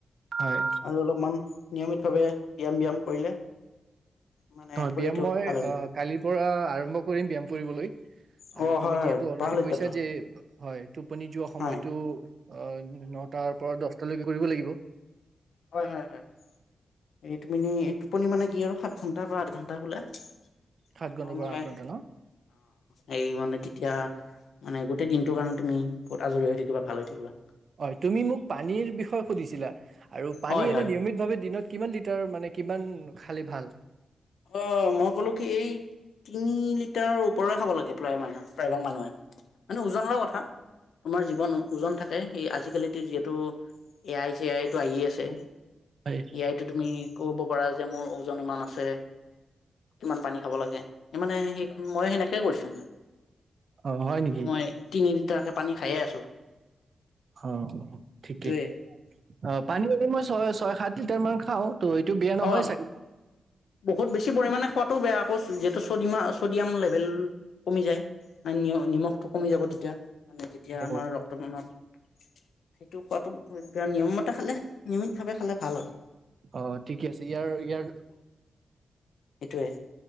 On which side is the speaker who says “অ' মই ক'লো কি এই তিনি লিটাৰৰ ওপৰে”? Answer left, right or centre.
Left